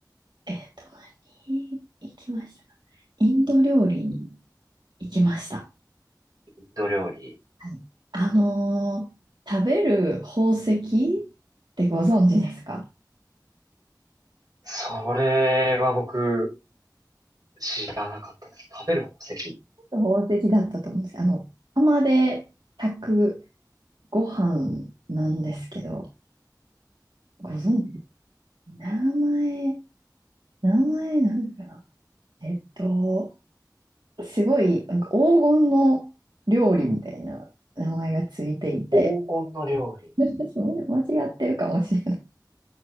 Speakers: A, on the right; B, on the right.
A: えっと、何行きましたかインド料理に行きました。
B: インド料理。
A: はいあのー食べる宝石ってご存知ですか
B: それは僕知らなかったです。食べる宝石。
A: 宝石だったと思うんですけど、あの、釜で炊くご飯なんですけど、ご存知です名前、名前なんだかなえっと、すごい、なんか黄金の料理みたいな名前がついていて、
B: 黄金の料理。
A: <laughs> そう間違ってるかもしれない。